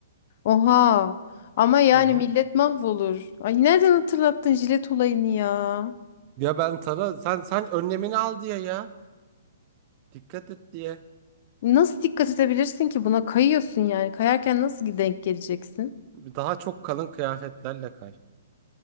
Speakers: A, on the left; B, on the right.
A: Oha. Ama yani
B: Hı hı.
A: millet mahvolur. Ay nereden hatırlattın jilet olayını ya?
B: Ya ben sana sen sen önlemini al diye ya. Dikkat et diye.
A: Nasıl dikkat edebilirsin ki buna kayıyorsun yani? Kayarken nasıl denk geleceksin?
B: Daha çok kalın kıyafetlerle kay.